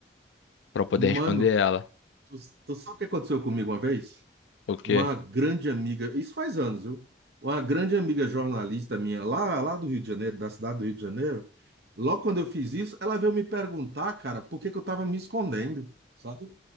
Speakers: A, on the left; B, on the right.
A: pra eu poder
B: Mano,
A: responder ela.
B: tu, tu sabe o que aconteceu comigo uma vez?
A: O quê?
B: uma grande amiga, isso faz anos, viu? Uma grande amiga jornalista minha, lá, lá do Rio de Janeiro, da cidade do Rio de Janeiro, logo quando eu fiz isso, ela veio me perguntar, cara, por que que eu tava me escondendo, sabe?